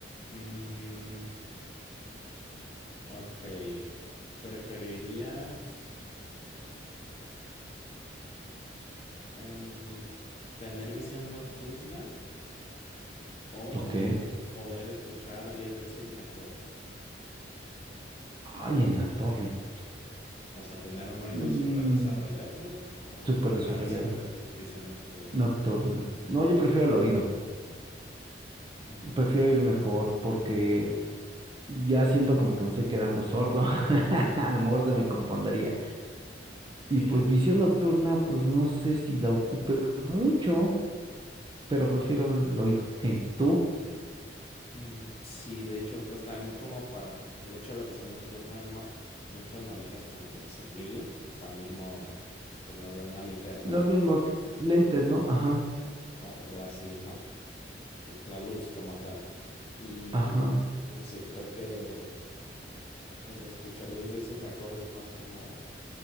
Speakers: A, on the left; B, on the right.
A: Mm, ok, ¿preferirías em, tener visión nocturna o
B: Ok.
A: poder escuchar 10 veces mejor?
B: Ay, en la torre.
A: O sea, tener un oído
B: Mm,
A: súper desarrollado o
B: súper
A: tener
B: desarrollado.
A: visión de visión nocturna.
B: Nocturna. No, yo prefiero el oído.
A: Mm,
B: Prefiero ir mejor porque ya siento como que me estoy quedando sordo. <laughs> A
A: <laughs>
B: lo mejor se me compondría.
A: sí.
B: Y pues visión nocturna, pues no sé si la ocupe mucho, pero prefiero el oído. <laughs> Je, Tú,
A: Mm, Sí, de hecho, pues también como para el hecho de la visión nocturna hay ma- muchas maneras como de suplirlo, o sea, mismo, pues no sé, una linterna
B: los mismos
A: o,
B: lentes, ¿no? Ajá,
A: o, o así, ¿no? Y La luz como tal. Y
B: ajá.
A: no sé, creo que el de escuchar diez veces mejor es más como